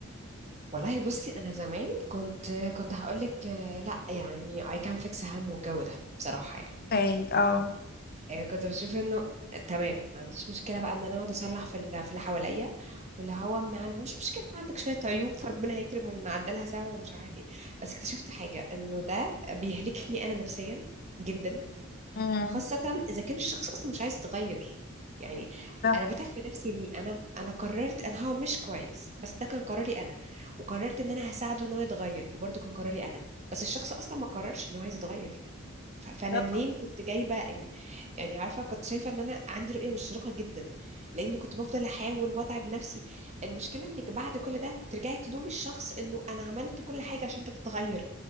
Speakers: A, on the right; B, on the left.
A: والله بصي انا زمان كنت كنت هقول لك لا يعني I can fix هم والجو ده بصراحه يعني
B: اي اه
A: آه، كنت بشوف انه آه، تمام ما عنديش مشكله بقى ان انا اقعد اصلح في ال- في اللي حواليا واللي هو ما عن- مش مشكله عندك شويه عيوب فربنا هيكرم ونعدلها سوا ومش عارف ايه بس اكتشفت حاجه انه ده بيهلكني انا نفسيا جدا
B: امم
A: خاصة إذا كان الشخص أصلا مش عايز يتغير يعني
B: بالظبط
A: أنا بتعب في نفسي ليه أنا أنا قررت إن هو مش كويس بس ده كان قراري أنا وقررت إن أنا هساعده إن هو يتغير وبرضه كان قراري أنا بس الشخص أصلا ما قررش إن هو عايز يتغير ف- فانا
B: طبعا
A: منين كنت جايبه ال... يعني عارفه كنت شايفه ان انا عندي رؤيه مشرقه جدا لاني كنت بفضل احاول واتعب نفسي المشكله انك بعد كل ده بترجعي تلومي الشخص انه انا عملت كل حاجه عشان انت تتغير